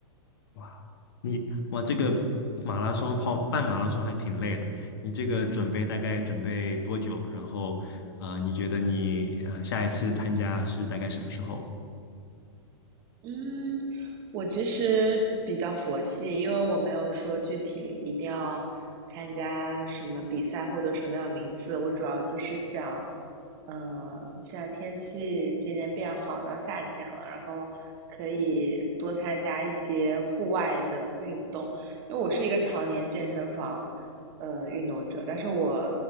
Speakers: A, on the left; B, on the right.
A: 哇，你哇，这个马拉松跑半马拉松还挺累的。你这个准备大概准备多久？然后，呃，你觉得你呃下一次参加是大概什么时候？
B: 嗯，我其实比较佛系，因为我没有说具体一定要参加什么比赛获得什么样的名次，我主要就是想，嗯，现在天气渐渐变好，到夏天了，然后可以多参加一些户外的运动，因为我是一个常年健身房呃运动者，但是我